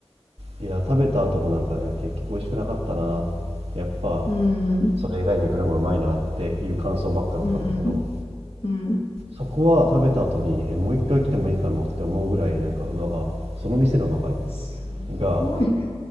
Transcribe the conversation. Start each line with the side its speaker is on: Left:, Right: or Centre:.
Right: いや、食べた後もなんか、いや、結局美味しくなかったな。やっぱ、
Left: うん。
Right: それ以外に行くのがうまいなっていう感想ばっかだったんだけど、
Left: うん。うん。
Right: そこは食べた後に、え、もう一回来てもいいかもって思うぐらい、なんか馬が、その店の馬かな
Left: すごいね。
Right: が